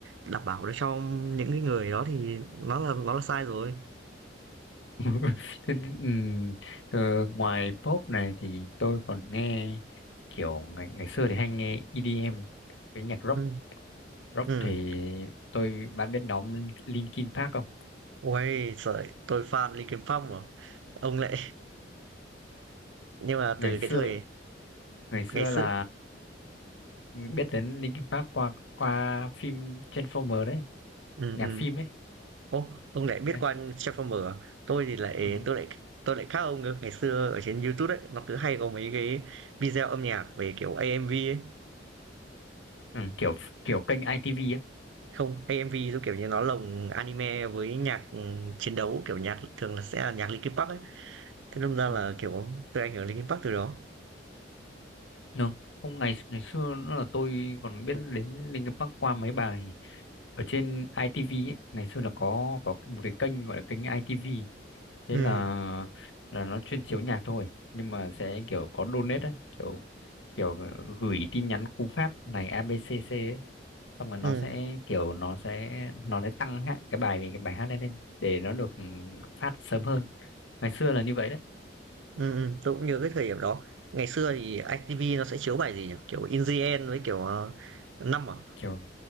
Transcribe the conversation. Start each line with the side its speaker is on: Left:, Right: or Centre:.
Right: đảm bảo được cho những cái người đó thì nó là nó là sai rồi
Left: <laughs> thế, ừm, ờ, ngoài pop này thì tôi còn nghe kiểu ngày ngày xưa thì hay nghe EDM cái nhạc rock
Right: ừ
Left: rock
Right: ừ
Left: thì tôi bạn biết nhóm Linkin Park không
Right: ôi trời tôi fan Linkin Park mà ông lại nhưng mà
Left: ngày
Right: từ
Left: xưa
Right: cái thời
Left: ngày xưa
Right: ngày xưa
Left: là ờ, biết đến Linkin Park qua qua phim Transformer đấy
Right: ừ
Left: nhạc
Right: ừ
Left: phim ấy
Right: Ô, ông lại biết
Left: đấy.
Right: qua Transformer à? Tôi thì lại
Left: Ừ.
Right: tôi lại tôi lại khác ông nữa. Ngày xưa ở trên YouTube ấy, nó cứ hay có mấy cái video âm nhạc về kiểu AMV ấy.
Left: Ừ, kiểu kiểu kênh ITV á
Right: Không, AMV giống kiểu như nó lồng anime với nhạc ừm, chiến đấu, kiểu nhạc thường là sẽ là nhạc Linkin Park ấy. Thế nên ra
Left: ừ.
Right: là kiểu tôi ảnh hưởng Linkin Park từ đó.
Left: Đúng. không ngày ngày xưa nó là tôi còn biết đến Linkin Park qua mấy bài ở trên ITV ấy. ngày xưa là có có một cái kênh gọi là kênh ITV thế
Right: Ừ,
Left: là là nó chuyên chiếu nhạc thôi nhưng mà sẽ kiểu có donate ấy, kiểu kiểu ờ, gửi tin nhắn cú pháp này a bê xê xê ấy. xong rồi nó
Right: ừ,
Left: sẽ kiểu nó sẽ nó sẽ tăng hạng cái bài cái bài hát lên lên để nó được ừ, phát sớm hơn ngày xưa là như vậy đấy
Right: ừ, ừ, tôi cũng nhớ cái thời điểm đó. Ngày xưa thì ITV nó sẽ chiếu bài gì nhỉ? Kiểu In The End với kiểu ờ, năm à?
Left: kiểu